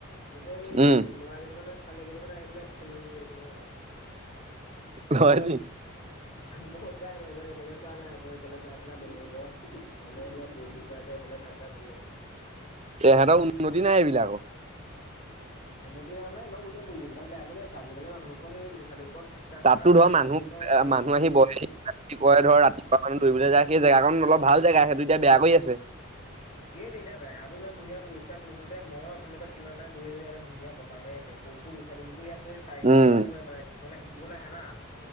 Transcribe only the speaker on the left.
ইয়াতে
এই লৰা কেইটামানে ছোৱালীকেইটামান মানে আহি পেলাইত খেল মেলি কৰি আছে নহয়।
মই উপায় নাই। মই এইফালে চোৱা নাই, মই এইফালে চাই পেলাই বেলেগ এঘৰ মানুহে কিবা বৰশী টুপাইছে ফালে চাই পেলাই বহি আছো।
উন্নতি নাই মানে একদম <unintelligible> আজিকালি মানুহবোকৰ সেই লৰা ছোৱালীবোৰৰ শিষ্টাচাৰ
নাই মাক
বাপেবোকে
মানে নিশিকায়।
এই দেই এতিয়া জেগাবোৰ ইমান ধূনীয়া পৰিষ্কাৰ পৰিচ্ছন্নতা, মই অথনিৰ পৰা কিমান টাইম বহি আছো ইয়াতে ধুনীয়া বতাহ মাৰি আছে। সৰু-সৰু ছোৱালীবোকো ইয়াত এই চাইকেল
চলাই ফুৰে, মানে কিছুমানে শিকিবলে আহে না।